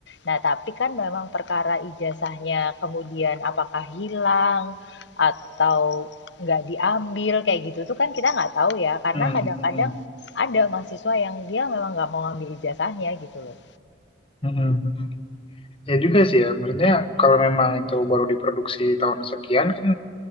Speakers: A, on the left; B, on the left.
A: Nah, tapi kan memang perkara ijazahnya kemudian apakah hilang atau nggak diambil kayak gitu tuh kan kita nggak tahu ya karena
B: hmm,
A: kadang-kadang
B: hmm, hmm,
A: ada mahasiswa yang dia memang nggak mau ngambil ijazahnya gitu loh.
B: hmm, hmm. hmm. Ya juga sih ya, maksudnya kalau memang itu baru diproduksi tahun sekian kan